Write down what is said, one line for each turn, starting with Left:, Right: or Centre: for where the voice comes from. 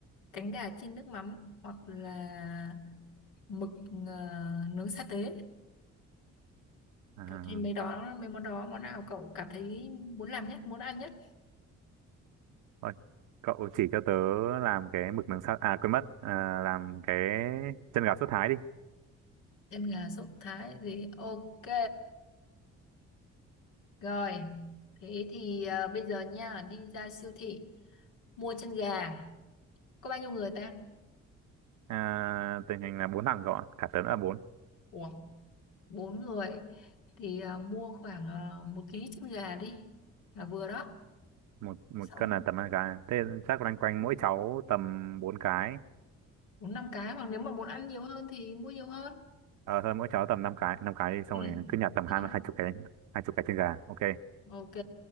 Left: cánh gà chiên nước mắm hoặc là mực ờ, nướng sa tế.
Right: À.
Left: Cậu thêm mấy đó, mấy món đó, món nào cậu cảm thấy muốn làm nhất, muốn ăn nhất?
Right: Thôi, cậu chỉ cho tớ làm cái mực nướng sa à quên mất à, làm cái chân gà sốt thái đi
Left: Em là sốc thái gì? Ok. Rồi. Thế thì à, bây giờ nha, đi ra siêu thị mua chân gà. Có bao nhiêu người ta?
Right: à, tình hình là bốn thằng cậu ạ cả tớ nữa là bốn
Left: Ủa, bốn người. Thì à, mua khoảng uh, một ký chân gà đi. Là vừa đó.
Right: một một
Left: Xong
Right: cân là tầm năm cái thế chắc loanh quanh mỗi cháu tầm bốn cái
Left: bốn năm cái. Hoặc nếu mà muốn ăn nhiều hơn thì mua nhiều hơn.
Right: ờ thôi mỗi cháu tầm năm cái năm cái đi xong
Left: Ừ.
Right: rồi cứ nhặt tầm
Left: Đó.
Right: hai hai chục cái hai chục cái chân gà ok
Left: Ok.